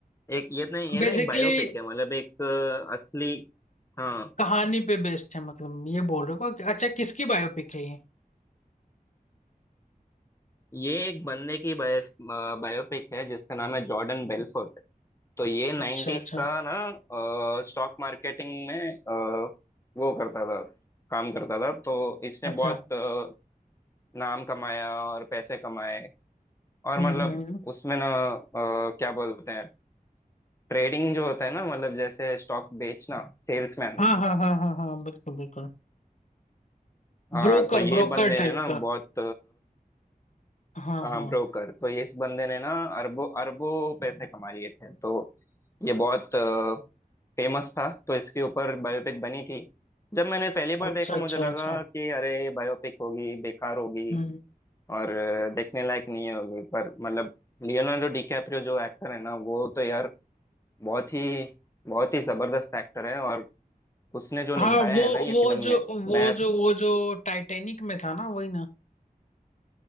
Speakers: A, on the left; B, on the left.
A: एक ये तो नहीं ये ना
B: बेसिकली
A: एक बायोपिक है मतलब एक अ, असली हाँ
B: कहानी पे बेस्ड है मतलब ये बोल रहे हो को- अच्छा किसकी बायोपिक है ये
A: ये एक बंदे की बायो, बायोपिक है जिसका नाम है जॉर्डन बेलफोर्ट तो ये नाइन्टीज
B: अच्छा अच्छा
A: का ना स्टॉक मार्केटिंग में अ, वो करता था काम करता था तो इसने
B: अच्छा
A: बहुत अ, नाम कमाया और पैसे कमाए और
B: हम्म
A: मतलब
B: हम्म हम्म।
A: उसमें ना अ, क्या बोलते हैं ट्रेडिंग जो होता है ना मतलब जैसे स्टॉक्स बेचना सेल्समैन
B: हाँ हाँ हाँ हाँ हाँ बिल्कुल बिल्कुल
A: हाँ
B: ब्रोकर
A: तो ये
B: ब्रोकर
A: बंदे
B: टाइप
A: ने ना बहुत
B: का हाँ
A: हाँ
B: हाँ
A: ब्रोकर तो ये इस बंदे ने ना अरबों अरबों पैसे कमा लिए थे तो ये बहुत फेमस था तो इसके ऊपर बायोपिक बनी थी जब मैंने पहली बार
B: अच्छा
A: देखा
B: अच्छा
A: मुझे लगा
B: अच्छा
A: कि अरे बायोपिक होगी बेकार होगी
B: हम्म
A: और अ, देखने लायक नहीं होगी पर मतलब लियोनार्डो डिकैप्रियो जो एक्टर है ना वो तो यार बहुत ही बहुत ही जबरदस्त एक्टर है और उसने जो निभाया
B: हाँ वो
A: है ना ये
B: वो
A: फिल्म में
B: जो वो
A: मैं
B: जो वो जो टाइटैनिक में था ना वही ना